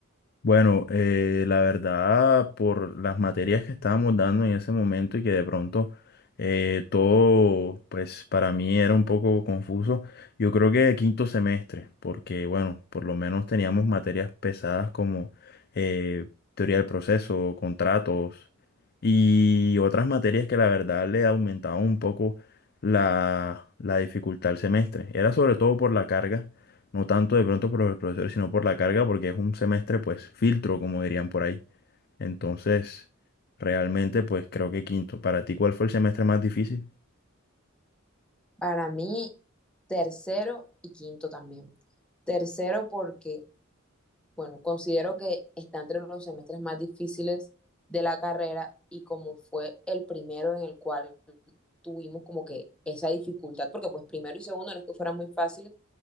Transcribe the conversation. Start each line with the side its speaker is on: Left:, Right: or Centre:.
Left: Bueno, eh, la verdad, por las materias que estábamos dando en ese momento y que de pronto eh, todo, pues para mí era un poco confuso, yo creo que quinto semestre, porque bueno, por lo menos teníamos materias pesadas como eh, teoría del proceso, contratos y otras materias que la verdad le aumentaban un poco la, la dificultad al semestre. Era sobre todo por la carga no tanto de pronto por los profesores, sino por la carga, porque es un semestre, pues, filtro, como dirían por ahí. Entonces, realmente, pues, creo que quinto. ¿Para ti cuál fue el semestre más difícil?
Centre: Para mí, tercero y quinto también. Tercero porque, bueno, considero que está entre los semestres más difíciles de la carrera y como fue el primero en el cual tuvimos como que esa dificultad, porque pues primero y segundo no es que fueran muy fáciles,